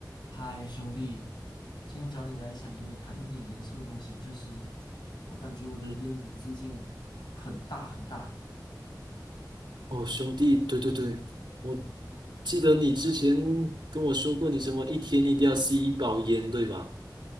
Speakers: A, on the left; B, on the right.
A: 嗨，兄弟，今天找你来想跟你谈一点严肃的东西，就是我感觉我的烟瘾最近很大很大。
B: 嗯，哦，兄弟，对对对，我记得你之前跟我说过，你什么一天一定要吸一包烟，对吧？